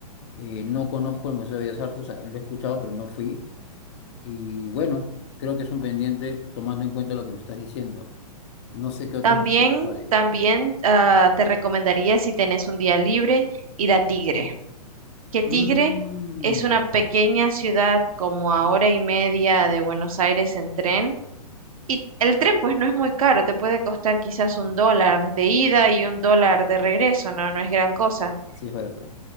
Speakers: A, on the left; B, on the right.
A: Eh, no conozco el Museo de Bellas Artes, o sea, lo he escuchado, pero no fui. Y bueno, creo que es un pendiente tomando en cuenta lo que me estás diciendo. No sé qué otros
B: También,
A: museos hay.
B: también ah, te recomendaría si tenés un día libre ir a Tigre, que Tigre
A: Mm,
B: es una pequeña ciudad como a hora y media de Buenos Aires en tren. Y el tren pues no es muy caro, te puede costar quizás un dólar de ida y un dólar de regreso, no, no es gran cosa.
A: Sí, es barato.